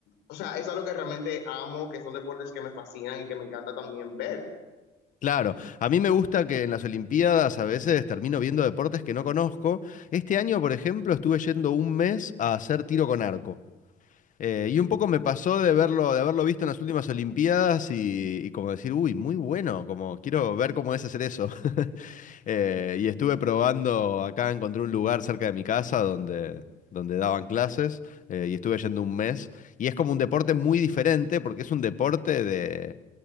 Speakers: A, on the left; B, on the left.
A: o sea, es algo que realmente amo, que son deportes que me fascinan y que me encanta también ver.
B: Claro, a mí me gusta que en las Olimpiadas a veces termino viendo deportes que no conozco. Este año, por ejemplo, estuve yendo un mes a hacer tiro con arco. Eh, y un poco me pasó de verlo, de haberlo visto en las últimas Olimpiadas y, y como decir, uy, muy bueno, como quiero ver cómo es hacer eso. <laughs> Eh, y estuve probando, acá encontré un lugar cerca de mi casa donde, donde daban clases eh, y estuve yendo un mes. Y es como un deporte muy diferente porque es un deporte de